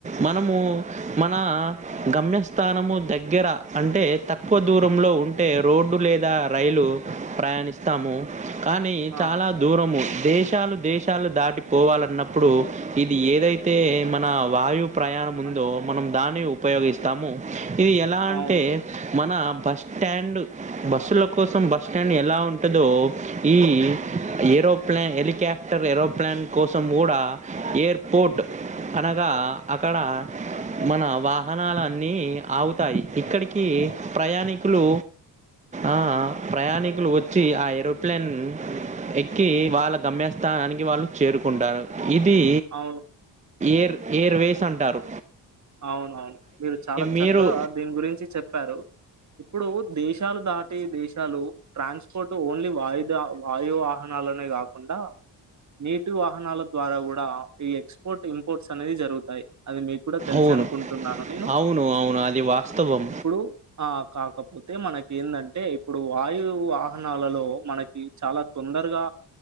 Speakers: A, on the right; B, on the right.
A: మనము మన గమ్యస్ స్థానము దగ్గర అంటే తక్కువ దూరంలో ఉంటే రోడ్డు లేదా రైలు ప్రయాణిస్తాము కానీ
B: ఆ!
A: చాలా దూరము దేశాలు దేశాలు దాటిపోవాలన్నప్పుడు ఇది ఏదైతే మన వాయు ప్రయాణముందో
B: అది
A: మనం దాన్ని ఉపయోగిస్తాము ఇది ఎలా అంటే
B: అవును.
A: మన బస్ స్టాండు బస్సులో కోసం బస్ స్టాండేలా ఉంటదో ఈ ఏరోప్లేన్ ఎలికాఫ్ క్టర్ ఏరోప్లాన్ కోసం ఊడా ఎయిర్పోర్ట్ అనగా అక్కడ మన వాహనలన్నీ ఆవుతాయి ఇక్కడ్కి ప్రయాణికులు ఆ ప్రయాణికులు ఓచ్చి ఆ ఏరోప్లేన్ ఎక్కి వాళ్ళ గమ్యస్థానానికి వాళ్ళు చేరుకుంటారు. ఇది
B: అవును.
A: ఎర్ ఎర్ వేసంటారు.
B: అవునవును మీరు చాలా చక్కగా
A: మీరు
B: దీని గురించి చెప్పారు. ఇప్పుడు దేశాలు దాటి దేశాలు ట్రాన్స్పోర్ట్ ఓన్లీ వాయిద వాయువా. వాహనాలునే కాకుండా నీటి వాహనాల ద్వారా కూడా ఈ ఎక్స్పోర్ట్ ఇంపోర్ట్స్ అనేది జరుగుతాయి అది మీకు కూడా. తెల్సనుకుంటున్నాను
A: అవును
B: నేను
A: అవును అవును అది వాస్తవం.
B: ఇప్పుడు. ఆ కాకపోతే మనకేందంటే ఇప్పుడు వాయు వాహనాలలో మనకి చాలా. తొందరగా.